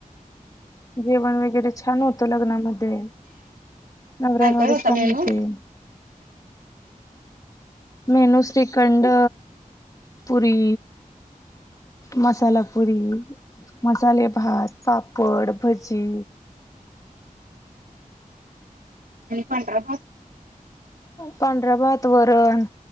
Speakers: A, on the left; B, on the right.
A: जेवण वगैरे छान होतं लग्नामध्ये. नवऱ्या
B: काय
A: नवरी
B: काय होता
A: छान
B: मेनू?
A: होते मेनू श्रीखंड, पुरी मसाला पुुरी, मसाले भात, पापड, भजी
B: आणि पांढरा भात?
A: पांढरा भात, वरण,